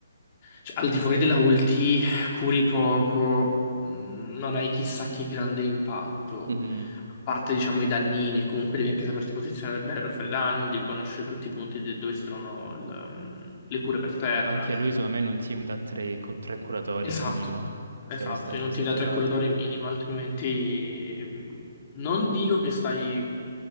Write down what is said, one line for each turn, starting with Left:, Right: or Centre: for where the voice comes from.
Left: cioè, al di fuori della ulti, curi poco, mh, non hai chissà che grande impatto,
Right: Mhm.
Left: a parte, diciamo, i dannini, e comunque devi anche saperti posizionare bene per fare i danni, devi conoscere tutti i punti di- dove si trovano il, um, le cure per terra.
Right: Anche lui, secondo me, in un team da tre, cu- tre curatori
Left: Esatto.
Right: minimo
Left: Esatto,
Right: deve essere,
Left: e
Right: deve
Left: non
Right: essere
Left: ti dà
Right: giocato.
Left: tre curatori minimi, altrimenti mh, non dico che stai,